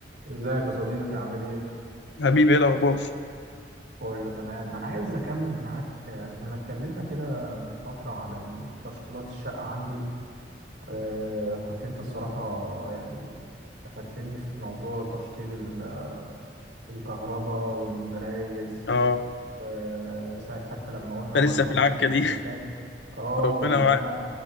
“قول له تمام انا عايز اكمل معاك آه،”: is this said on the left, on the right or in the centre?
Right